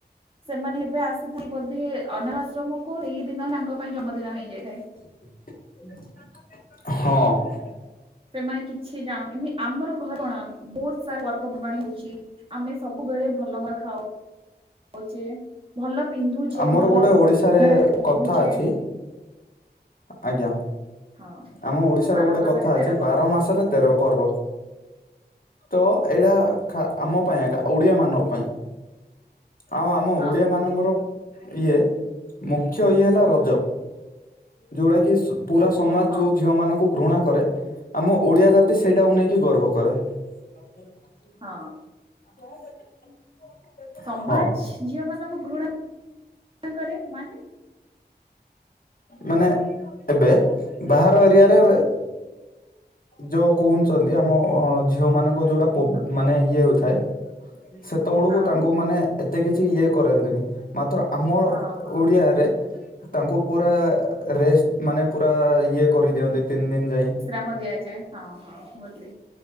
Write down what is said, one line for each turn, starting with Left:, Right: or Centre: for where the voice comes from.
Right: ସେମାନେ ଯେବେ ଆସିଥିବେ ବୋଧେ ଅନାଥ ଆଶ୍ରମକୁ ସେଇ ଦିନ ହିଁ ତାଙ୍କ ପାଇଁ ଜନ୍ମଦିନ ହେଇଯାଇଥାଏ।
Left: <unintelligible> ହଁ।
Right: ସେମାନେ କିଛି ଜାଣନ୍ତି ନି ଆମର ଘର କଣ ବହୁତ ସାରା ପର୍ବପର୍ବାଣି ଆମେ ସବୁବେଳେ ଭଲ ମ ଖାଉ ଉଛେ ଭଲ ପିନ୍ଧୁଛେ
Left: ଆମର
Right: ଭଲ
Left: ଗୋଟେ
Right: <unintelligible>
Left: ଓଡିଶାରେ
Right: ପଢୁଛେ।
Left: କଥା ଅଛି ଆଜ୍ଞା
Right: ହଁ
Left: ଆମ ଓଡିଶାର
Right: ବାର
Left: ଗୋଟେ
Right: ମାସରେ
Left: କଥା
Right: ତେର
Left: ଅଛି
Right: ପର୍ବ।
Left: ବାର ମାସରେ ତେର ପର୍ବ। ତ ଏଇଟା ଖା ଆମ ପାଇଁ ଏକା ଓଡିଆ ମାନଙ୍କ ପାଇଁ। ଆଉ ଆମ
Right: ହଁ
Left: ଓଡିଆ ମାନଙ୍କର ଇଏ ମୁଖ୍ୟ ଇଏ ହେଲା
Right: ହୁଁ
Left: ରଜ। ଯୋଉଟାକି ପୁରା ସମାଜ
Right: ହଁ
Left: ଯୋଉ ଝିଅ ମାନଙ୍କୁ ଘୃଣା କରେ। ଆମ ଓଡ଼ିଆ ଜାତି ସେଇଟାକୁ ନେଇକି ଗର୍ବ କରେ। <unintelligible>
Right: ହଁ।
Left: <unintelligible>
Right: ସମାଛ୍
Left: ହଁ
Right: ଝିଅ ମାନଙ୍କୁ ଘୃଣା କରେ ମାନେ
Left: ମାନେ ଏବେ ବାହାର ଏରିଆରେ
Right: ହୁଁ
Left: ଯୋ କହୁଛନ୍ତି ଆମ ଝିଅ ମାନଙ୍କ ଯୋଉଟା ପୋ ମାନେ ଇଏ ହୋଇଥାଏ। ସେତେବଳକୁ
Right: ହଁ
Left: ତାଙ୍କୁ ମାନେ ଏତେ କିଛି ଇଏ କରାନ୍ତିନି। ମାତ୍ର ଆମ
Right: ହଁ ହଁ
Left: ଓଡ଼ିଆରେ ତାଙ୍କୁ ପୁରା ରେଷ୍ଟ୍ ମାନେ ପୁରା ଇଏ କରିଦିଅନ୍ତି ତିନ୍ ଦିନ ଯାଇଁ।
Right: ରାମ ଦିଆଯାଏ ହଁ ହଁ <unintelligible>